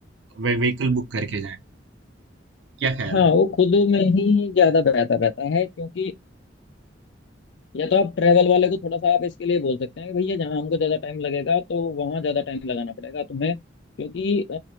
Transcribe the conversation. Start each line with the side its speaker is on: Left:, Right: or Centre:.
Right: व्हीकल बुक करके जाएं क्या ख्याल
Left: हाँ
Right: है
Left: वो खुद में ही ज्यादा बेहतर रहता है क्योंकि या तो आप ट्रैवल वाले को थोड़ा सा आप इसके लिए बोल सकते हैं कि भैया जहाँ हमको ज्यादा टाइम लगेगा तो वहाँ ज्यादा टाइम लगाना पड़ेगा तुम्हें क्योंकि अ,